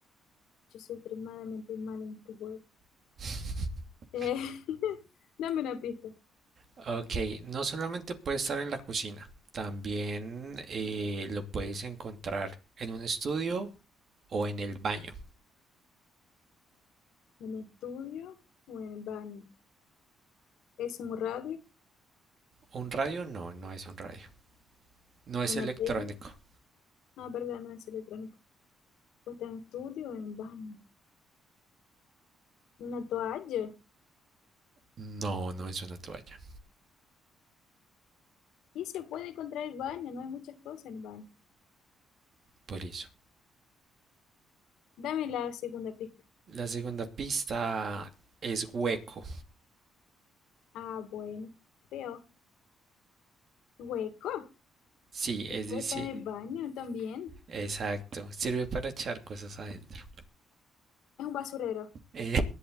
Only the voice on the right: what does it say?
<laughs>
Ok, no solamente puede estar en la cocina, también eh, lo puedes encontrar en un estudio o en el baño.
¿Un radio? No, no es un radio. No es
electrónico.
No, no es una toalla.
Por eso.
La segunda pista es hueco.
Sí,
es
decir,
exacto. Sirve para echar cosas adentro.
Eh,